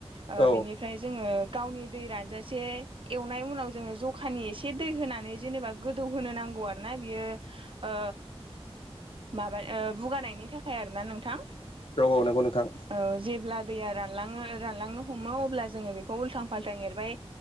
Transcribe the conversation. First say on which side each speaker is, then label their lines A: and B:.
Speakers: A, on the right (about 55°); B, on the left (about 60°).
A: ओ
B: औ
A: बेनि फ्राय जोङो गावनि दै रानजासे एवनाय उनाव जोङो जखानि एसे दै होनानै जेनेबा गोदौहोनो नांगौ आरो ना बियो ओ माबा ओ बुगानायनि थाखाय आरो ना नोंथां। <inaudible>
B: औ नंगौ नोंथां
A: औ जेब्ला दैया रानलाङो रानलांनो हमो अब्ला जोङो बेखौ उल्थां फाल्थां एरबाय